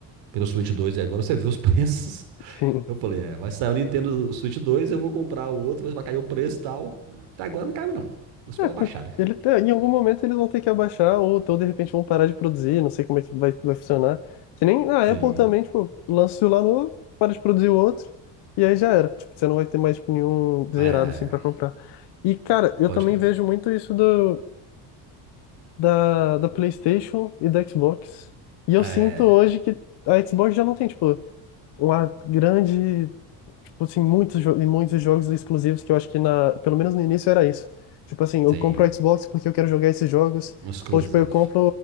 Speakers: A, on the right; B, on the left.
A: pelo Switch 2 e agora você vê os <laughs> preços.
B: sim.
A: Eu falei, é, vai sair o Nintendo Switch dois eu vou comprar o outro, mas vai cair o preço e tal. Até agora não caiu, não. Vou esperar
B: É, cu-
A: baixar, né?
B: ele, tá- em algum momento eles vão ter que abaixar, ou então de repente vão parar de produzir, não sei como é que vai, vai funcionar. Que nem a
A: Sim.
B: Apple também, tipo, lança o celular novo, para de produzir o outro, e aí já era. Tipo, você não vai ter mais, tipo, nenhum zerado
A: É,
B: assim pra comprar. E, cara, eu
A: pode
B: também
A: crer.
B: vejo muito isso do da, da PlayStation e da Xbox. E eu
A: É,
B: sinto hoje que a Xbox já não tem, tipo, uma grande, tipo assim, muitos, jo- e muitos jogos exclusivos que eu acho que na, pelo menos no início era isso. Tipo assim, eu
A: tem
B: compro o Xbox porque eu quero jogar esses jogos,
A: um exclusivo.
B: ou tipo, eu compro